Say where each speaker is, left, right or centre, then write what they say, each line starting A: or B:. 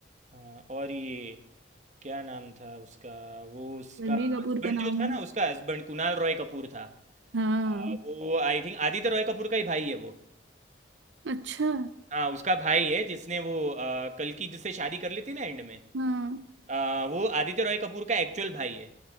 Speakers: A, on the right; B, on the right.
A: हाँ और ये क्या नाम था उसका वो उसका
B: रणबीर
A: हस्बैंड
B: कपूर का
A: जो
B: नाम
A: था ना उसका हस्बैंड कुणाल रॉय कपूर था
B: हाँ
A: आ, वो आई थिंक आदित्य रॉय कपूर का ही भाई है वो
B: अच्छा
A: हाँ उसका भाई है जिसने वो आ, कल की जिससे शादी कर ली थी ना एंड में
B: हाँ
A: आ, वो आदित्य रॉय कपूर का एक्चुअल भाई है